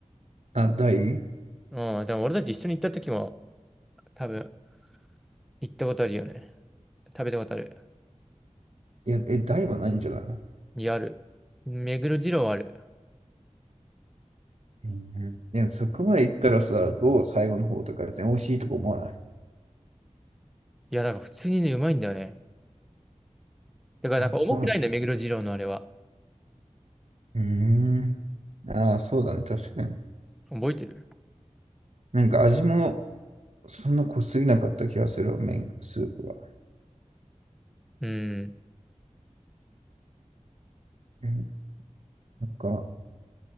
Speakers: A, on the right; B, in the centre.
A: あ、台い
B: うん、でも俺たち一緒に行った時も多分行ったことあるよね。食べたことある。
A: や、え、台はないんじゃないの
B: いや、ある。目黒二郎はある。
A: うん。いや、そこまで行ったらさ、どう最後の方とか別に美味しいとこ思わない
B: いや、だから普通にね、うまいんだよね。だからなんか重くないんだよ、
A: あ、そうなんだ。
B: 目黒二郎のあれは。
A: うーん。ああ、そうだね、確かに。
B: 覚えてる
A: なんか味もそんな濃すぎなかった気がするわ、麺、スープが。
B: うん。
A: うん。なんか、